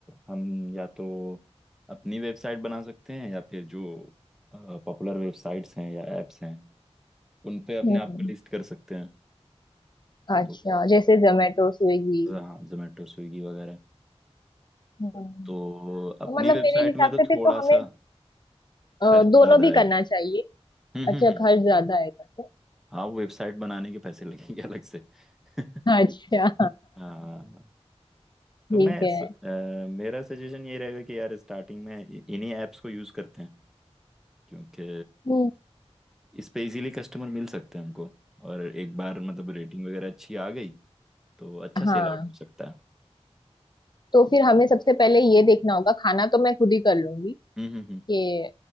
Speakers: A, in the centre; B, on the left.
A: हम या तो अपनी वेबसाइट बना सकते हैं या फिर जो पॉपुलर वेबसाइट्स हैं या एप्स हैं उन पे अपने
B: हम्म
A: आप को लिस्ट कर सकते हैं
B: अच्छा
A: तो
B: जैसे जोमेटो स्विगी
A: हाँ जोमेटो स्विगी वगैरह
B: हम्म
A: तो
B: तो
A: अपनी
B: मतलब
A: वेबसाइट
B: मेरे हिसाब
A: में तो
B: से फिर
A: थोड़ा
B: तो हमें
A: सा
B: अ,
A: खर्च
B: दोनों
A: ज्यादा
B: भी
A: आएगा
B: करना चाहिए
A: हम्म
B: अच्छा
A: हम्म हम्म
B: खर्च ज्यादा आएगा तो
A: हाँ वो वेबसाइट बनाने के पैसे लगेंगे अलग से <laughs>
B: अच्छा
A: हाँ
B: <laughs>
A: तो
B: ठीक
A: मैं
B: है
A: स- अ, मेरा सजेशन ये रहेगा कि यार स्टार्टिंग में इ- इन्हीं ऐप्स को यूज़ करते हैं क्योंकि
B: हम्म
A: इस पे इजीली कस्टमर मिल सकते हैं हमको और एक बार मतलब रेटिंग वगैरह अच्छी आ गई तो अच्छा सेल
B: हाँ
A: आउट हो सकता है
B: तो फिर हमें सबसे पहले ये देखना होगा खाना तो मैं खुद ही कर लूंगी
A: हम्म हम्म
B: कि